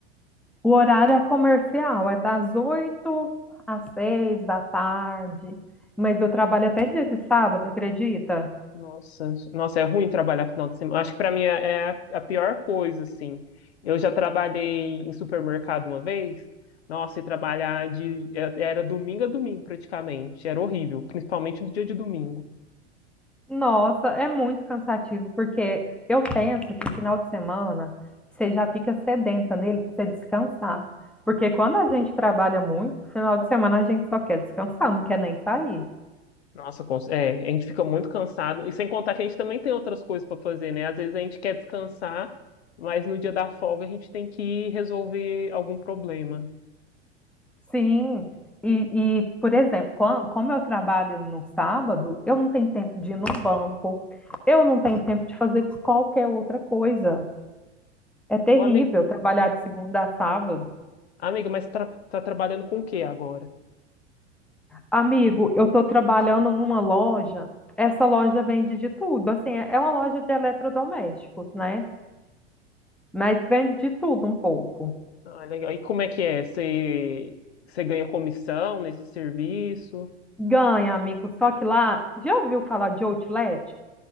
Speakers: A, in the centre; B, on the left (about 65°).
A: O horário é comercial, é das 8 às 6 da tarde. Mas eu trabalho até dia de sábado, acredita?
B: Nossa, nossa, é ruim trabalhar final de semana. Acho que para mim é é a pior coisa, assim. Eu já trabalhei em supermercado uma vez. Nossa, e trabalhar de era era domingo a domingo praticamente. Era horrível, principalmente no dia de domingo.
A: Nossa, é muito cansativo, porque eu penso que o final de semana você já fica sedenta nele para você descansar. Porque quando a gente trabalha muito, final de semana a gente só quer descansar, não quer nem sair.
B: Nossa, cons- é, a gente fica muito cansado. E sem contar que a gente também tem outras coisas para fazer, né? Às vezes a gente quer descansar, mas no dia da folga a gente tem que resolver algum problema.
A: Sim, e, e, por exemplo, quan- como eu trabalho no sábado, eu não tenho tempo de ir no banco, eu não tenho tempo de fazer qualquer outra coisa. É terrível
B: Ô, amigo,
A: trabalhar de segunda a sábado.
B: amiga, mas tra tá trabalhando com o que agora?
A: Amigo, eu estou trabalhando numa loja, essa loja vende de tudo, assim, é é uma loja de eletrodomésticos, né? Mas vende de tudo um pouco.
B: Ah, legal. E como é que é? Você, você ganha comissão nesse serviço?
A: Ganha, amigo, só que lá, já ouviu falar de outlet?